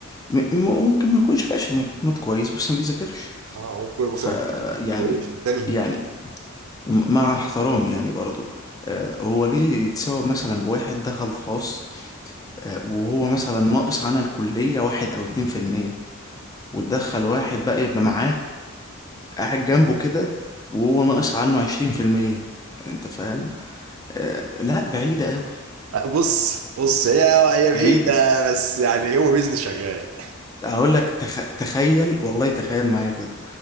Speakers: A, on the left (about 15°); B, on the right (about 80°).
A: م- ممكن ما يكونش فاشل ممكن يكون واد كويس بس ما بيذاكرش
B: اه ممكن مثلا
A: ف يعني
B: كويس في الثانيه
A: يعني مع احترامي يعني برضو آه، هو ليه يتساوى مثلا بواحد دخل خاص آه، وهو مثلا ناقص عن الكلية واحد أو اتنين في المية وتدخل واحد بقى يبقى معاه قاعد جنبه كده وهو ناقص عنه عشرين في المية انت فاهم آه لا بعيدة قوي
B: بص بص هي هي بعيدة
A: بعيدة
B: بس يعني هو بيزنس شغال
A: اقول لك تخ... تخيل والله تخيل معايا كده